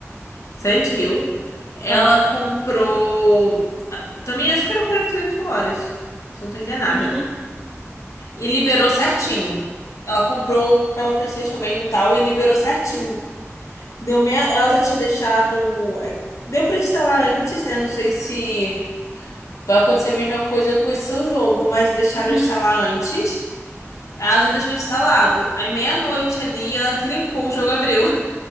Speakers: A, on the left; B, in the centre.
A: Silent Hill. Ela
B: Aham.
A: comprou. Também acho que era 48 horas. Se eu não tô enganada.
B: Uhum,
A: E liberou certinho. Ela comprou pela PlayStation mesmo e tal. E liberou certinho. Deu meia... Ela já tinha deixado. eh, Deu pra instalar antes, né? Não sei se vai acontecer a mesma coisa com esse seu jogo, mas deixaram
B: uhum.
A: instalar antes. Ela já deixou instalado. Aí meia-noite ali, ela clicou, o jogo abriu.